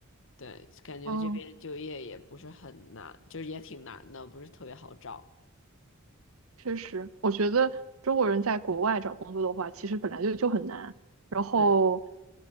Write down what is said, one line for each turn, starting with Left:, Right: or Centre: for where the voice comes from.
Left: 对，感觉这边就业也不是很难，
Right: 哦。
Left: 就是也挺难的，不是特别好找。
Right: 确实，我觉得中国人在国外找工作的话，其实本来就就很难，然后
Left: 对，